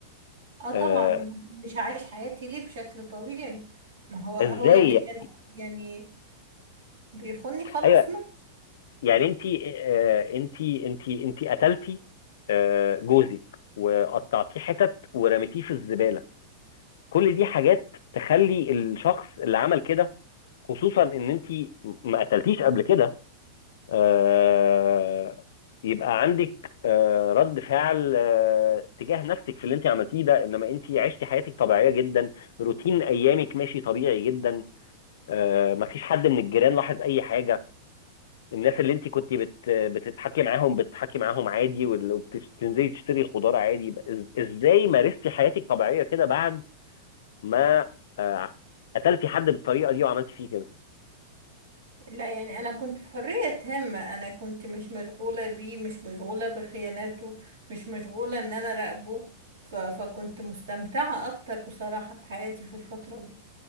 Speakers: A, on the right; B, on the left.
A: اه
B: آه
A: طبعا مش عايش حياتي ليه بشكل طبيعي ما هو هو
B: ازاي
A: اللي كان يعني بيخوني خلاص
B: ايوه
A: ما
B: يعني انت آه انت انت انت قتلتي آه جوزك وقطعتيه حتت ورميتيه في الزباله كل دي حاجات تخلي الشخص اللي عمل كده خصوصا ان انت ما قتلتيش قبل كده آه، يبقى عندك آه، رد فعل آه، تجاه نفسك في اللي انت عملتيه ده انما انت عشتي حياتك طبيعيه جدا روتين ايامك ماشي طبيعي جدا آه، ما فيش حد من الجيران لاحظ اي حاجه الناس اللي انت كنت بت بتتحكي معاهم بتتحكي معاهم عادي وبتنزلي تشتري خضار عادي يبقى إز- ازاي مارستي حياتك طبيعيه كده بعد ما آه، قتلتي حد بالطريقه دي وعملتي فيه كده
A: لا يعني انا كنت في حرية تامة انا كنت مش مشغولة بيه مش مشغولة بخياناته مش مشغولة ان انا راقبه ف... فكنت مستمتعة اكتر بصراحة بحياتي في الفترة دي